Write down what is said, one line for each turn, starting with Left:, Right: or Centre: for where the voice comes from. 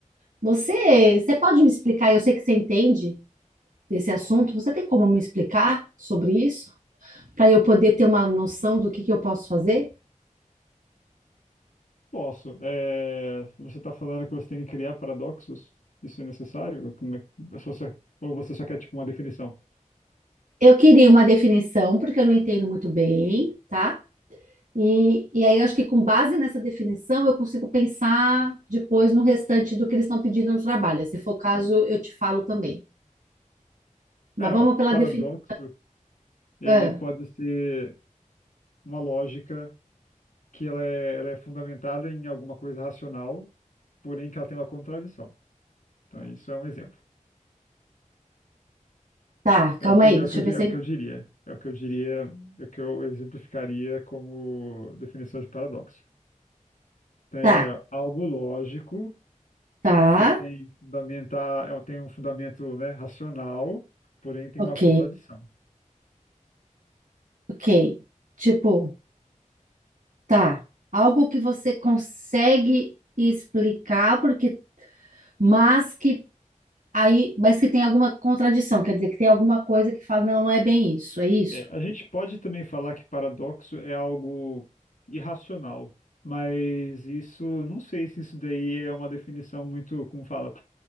Right: Você, você pode me explicar? Eu sei que você entende desse assunto. Você tem como me explicar sobre isso? Para eu poder ter uma noção do que que eu posso fazer?
Left: posso. É, você está falando que você tem que criar paradoxos? Isso é necessário? Como é, ou você ou você só quer tipo uma definição?
Right: Eu queria uma definição, porque eu não entendo muito bem, tá? E, e aí eu acho que com base nessa definição eu consigo pensar depois no restante do que eles estão pedindo no trabalho. Se for o caso, eu te falo também. Mas
Left: É,
Right: vamos
Left: ó,
Right: pela
Left: paradoxo,
Right: definição.
Left: ele
Right: Ah,
Left: pode ser uma lógica que ela é, ela é fundamentada em alguma coisa racional, porém que ela tem uma contradição. Então, isso é um exemplo.
Right: tá, calma
Left: É o que,
Right: aí,
Left: é
Right: deixa
Left: o que eu,
Right: eu
Left: di-
Right: ver se.
Left: é o
Right: eu-
Left: que eu diria. É o que eu diria, é o que eu exemplificaria como definição de paradoxo. É
Right: Tá,
Left: algo lógico
Right: tá,
Left: que tem fundamentar, é, tem um fundamento, né, racional, porém tem
Right: ok,
Left: uma contradição.
Right: ok. Tipo, tá. Algo que você consegue explicar, porque, mas que aí, mas que tem alguma contradição, quer dizer, que tem alguma coisa que fala, não, não é bem isso, é isso.
Left: É, a gente pode também falar que paradoxo é algo irracional, mas isso, não sei se isso daí é uma definição muito, como fala,